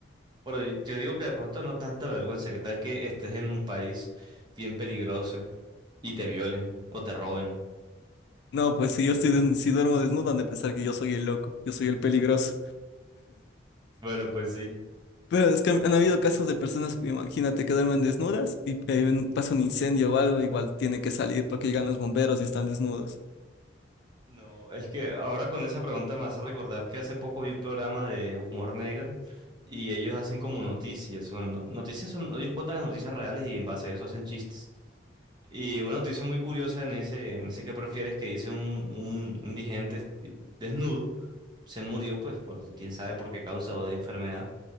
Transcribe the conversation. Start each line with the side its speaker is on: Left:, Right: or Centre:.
Right: Pero yo digo que de pronto no tanta vergüenza, ¿qué tal que estés en un país bien peligroso y te violen o te roben?
Left: No, pues si yo estoy des- si duermo desnudo, han de pensar que yo soy el loco, yo soy el peligroso.
Right: Bueno, pues sí.
Left: Pero es que han habido casos de personas, imagínate, que duermen desnudas y eh, ven- pasa un incendio o algo, igual tiene que salir porque llegan los bomberos y están desnudos.
Right: No, es que ahora con esa pregunta me hace recordar que hace poco vi un programa de humor negro y ellos hacen como noticias. Bueno, no- noticias son, ellos cuentan las noticias reales y en base a eso hacen chistes. Y una noticia muy curiosa en ese, en ese que prefieres que dice un, un indigente este, desnudo, se murió, pues por quién sabe por qué causa o de enfermedad.